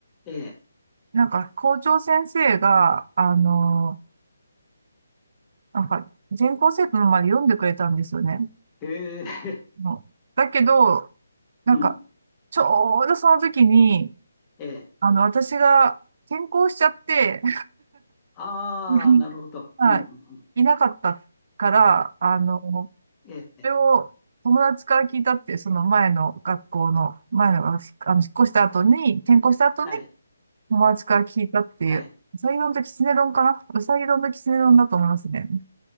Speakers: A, on the left (about 20°); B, on the right (about 50°).
A: ええ、
B: なんか校長先生が、あの、なんか全校生徒の前で読んでくれたんですよね。
A: へえ、
B: もうだけど、なんか
A: <laughs> うん。
B: ちょうどその時に、
A: ええ
B: あの、私が転校しちゃって、
A: ああ、
B: <laughs>
A: なるほど。
B: はい、
A: うんうんうん。
B: いなかったから、あの、そ
A: ええ、
B: れを友達から聞いたって、その前の学校の、前の、あの、引っ越した後に、転校した後に
A: はい、
B: 友達から聞いたっていう、
A: はい。
B: うさぎ丼ときつね丼かなうさぎ丼ときつね丼だと思いますね。